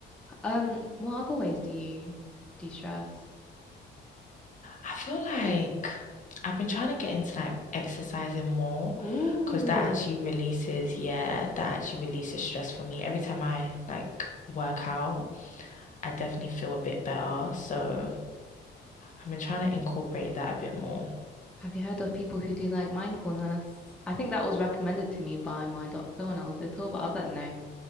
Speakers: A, in the centre; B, on the left.
A: Um, what other ways do you de-stress?
B: I feel like I've been trying to get into like exercising more
A: Ooh,
B: because that actually releases, yeah, that actually releases stress for me. Every time I like work out, I definitely feel a bit better. So I've been trying to incorporate that a bit more.
A: have you heard of people who do like mindfulness? I think that was recommended to me by my doctor when I was little, but I was like, no.